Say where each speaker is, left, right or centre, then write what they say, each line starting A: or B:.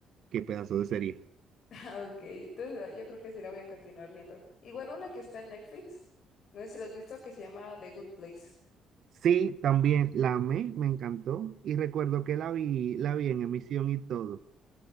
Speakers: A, on the right (about 55°); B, on the left (about 45°).
A: qué pedazo de serie.
B: <laughs> ok. Entonces ah, yo creo que sí la voy a continuar viendo. Igual una que está en Netflix, no sé si la has visto, que se llama The Good Place.
A: Sí, también la amé, me encantó y recuerdo que la vi, la vi en emisión y todo.